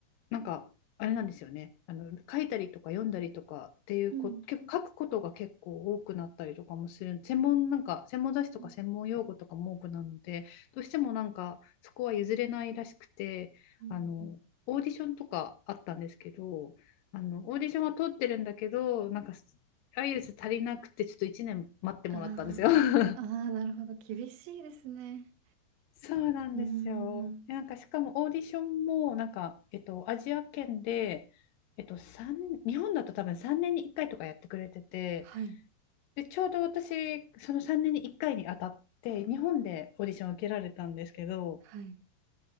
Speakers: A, on the left (about 80°); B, on the right (about 85°).
A: なんかあれなんですよねあの書いたりとか読んだりとかっていうこ結構書くことが結構多くなったりとかもする専門なんか専門雑誌とか専門用語とかも多くなるのでどうしてもなんかそこは譲れないらしくてあのオーディションとかあったんですけどあのオーディションは通ってるんだけどなんか
B: うん。うん。うんうん。
A: アイ l ルツ足りなくてちょっと1年待ってもらったんですよ。
B: あ
A: <laughs>
B: あ、ああ、なるほど。厳しいですね。
A: そうなんですよ。
B: うーん。
A: えなんかしかもオーディションもなんか、えっと、アジア圏で、えっと、三日本だと多分3年に1回とかやってくれてて
B: はい。
A: でちょうど私その3年に1回に当たって日本でオーディションを受けられたんですけど
B: はい。